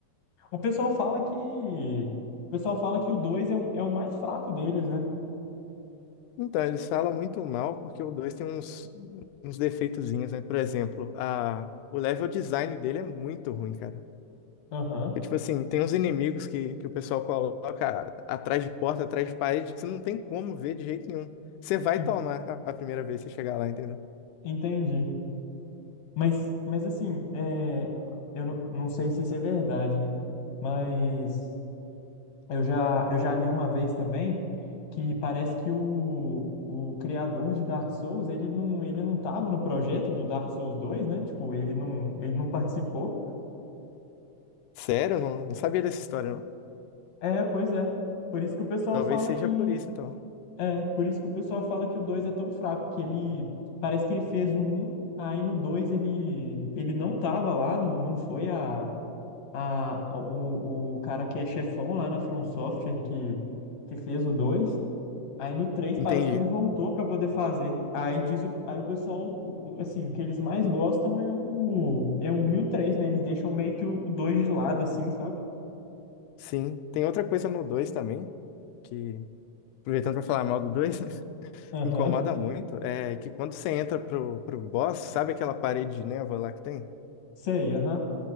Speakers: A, on the left (about 65°); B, on the left (about 85°).
A: O pessoal fala que, o pessoal fala que o 2 é o, é o mais fraco deles, né?
B: Então, eles falam muito mal porque o 2 tem uns, uns defeitozinhos, né? Por exemplo, a, o level design dele é muito ruim, cara.
A: Aham,
B: E, tipo assim, tem uns inimigos que, que o pessoal coloca atrás de porta, atrás de parede, que você não tem como ver de jeito nenhum. Você vai
A: en-
B: tomar a a primeira vez que você chegar lá, entendeu?
A: entendi. Mas, mas assim, é, eu não não sei se isso é verdade, né? Mas eu já, eu já li uma vez também que parece que o, o criador de Dark Souls, ele não, ele não tava no projeto do Dark Souls dois né? Tipo, ele não, ele não participou.
B: Sério? Não, não sabia dessa história, não.
A: É, pois é. Por isso que o pessoal
B: Talvez
A: fala
B: seja
A: que,
B: por isso, então.
A: É, por isso que o pessoal fala que o 2 é tão fraco, que ele parece que ele fez o um aí no 2 ele ele não tava lá, não, não foi a, a o, o cara que é chefão lá na From Software que que fez o dois Aí no três
B: Entendi.
A: parece que ele voltou pra poder fazer. Aí diz o, aí o pessoal, o- o- assim, o que eles mais gostam é o é o 1 e o três né? Eles deixam meio que o dois de lado assim, sabe?
B: Sim. Tem outra coisa no 2 também, que, aproveitando pra falar mal do 2, né, <laughs>
A: Aham.
B: incomoda muito, é que quando você entra pro, pro boss, sabe aquela parede de névoa lá que tem?
A: Sei, aham.